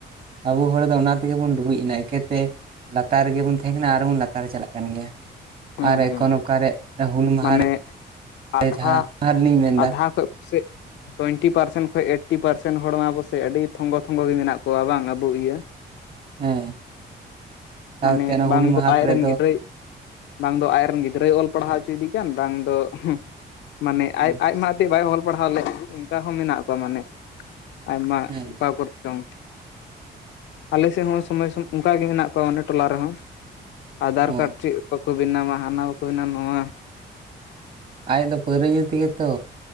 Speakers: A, on the right; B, on the left.
A: ᱟᱵᱚ ᱦᱚᱲ ᱫᱚ ᱚᱱᱟ ᱛᱮᱜᱮ ᱵᱚᱱ ᱰᱩᱵᱩᱡ ᱮᱱᱟ ᱮᱠᱮᱛᱮ ᱞᱟᱛᱟᱨ ᱨᱮᱜᱮ ᱵᱚᱱ ᱛᱟᱦᱮᱸ ᱠᱟᱱᱟ ᱟᱨᱵᱚᱱ ᱞᱟᱛᱟᱨ ᱪᱟᱞᱟᱜ ᱠᱟᱱ ᱜᱮᱭᱟ ᱾
B: ᱦᱩᱸ
A: ᱟᱨ ᱮᱠᱷᱚᱱ
B: ᱦᱩᱸ
A: ᱚᱠᱟᱨᱮ ᱦᱩᱞ ᱢᱟᱦᱟ
B: ᱢᱟᱱᱮ
A: ᱨᱮ ᱡᱟᱦᱟᱸ
B: ᱟᱫᱷᱟ,
A: ᱚᱱᱟ ᱨᱮᱞᱤᱧ ᱢᱮᱱᱫᱟ
B: ᱟᱫᱷᱟ ᱠᱷᱚᱡ ᱯᱟᱥᱮᱡ ᱴᱩᱭᱮᱱᱴᱤ ᱯᱟᱨᱥᱮᱱ ᱠᱷᱚᱡ ᱮᱭᱤᱴᱴᱤ ᱯᱟᱨᱮᱱ ᱦᱚᱲ ᱢᱟ ᱟᱵᱚ ᱥᱮᱜ ᱟᱹᱰᱤ ᱛᱷᱚᱝᱜᱚ ᱛᱷᱚᱝᱜᱚ ᱜᱮ ᱢᱮᱱᱟᱜ ᱠᱚᱣᱟ ᱵᱟᱝ ᱟᱵᱚ ᱤᱭᱟᱹ ᱾
A: ᱦᱮᱸ ᱥᱟᱶᱛᱮ
B: ᱢᱟᱱᱮ
A: ᱚᱱᱟ ᱦᱩᱞ
B: ᱵᱟᱝ
A: ᱢᱟᱦᱟ
B: ᱫᱚ ᱟᱡ
A: ᱠᱚᱨᱮ
B: ᱨᱮᱱ ᱜᱤᱫᱽᱨᱟᱹᱭ ᱵᱟᱝ ᱫᱚ ᱟᱡᱨᱮᱱ ᱜᱤᱫᱽᱨᱟᱹᱭ ᱚᱞ ᱯᱟᱲᱦᱟᱣ ᱦᱚᱪᱚᱭ ᱫᱮ ᱠᱟᱱ ᱵᱟᱝ ᱫᱚ ᱢᱟᱱᱮ
A: ᱦᱮᱸ
B: ᱟᱡ ᱟᱡ ᱢᱟ ᱵᱟᱭ ᱚᱞ ᱯᱟᱲᱦᱟᱣ ᱞᱮᱫ, ᱚᱱᱠᱟ ᱦᱚᱸ ᱢᱮᱱᱟᱜ ᱠᱚᱣᱟ ᱢᱟᱱᱮ ᱟᱭᱢᱟ
A: ᱦᱮᱸ
B: ᱚᱠᱟ ᱠᱚᱨᱮ‌ ᱪᱚᱝ ᱾ ᱟᱞᱮ ᱥᱮᱫ ᱦᱚᱸ ᱥᱚᱢᱚᱭ ᱥᱚᱢᱚᱭ ᱚᱱᱠᱟᱜ ᱜᱮ ᱢᱮᱱᱟᱜ ᱠᱚᱣᱟ ᱚᱱᱮ ᱴᱚᱞᱟ ᱨᱮᱦᱚᱸ᱾ ᱟᱫᱷᱟᱨ
A: ᱚ
B: ᱠᱟᱨᱰ ᱪᱮᱫ ᱵᱟᱠᱚ ᱵᱮᱱᱟᱣᱟ ᱦᱟᱱᱟ ᱵᱟᱠᱚ ᱵᱮᱱᱟᱣᱟ ᱱᱚᱣᱟ᱾
A: ᱟᱡ ᱫᱚ ᱯᱟᱹᱣᱨᱟᱹ ᱧᱩ ᱛᱮᱜᱮ ᱛᱚ᱾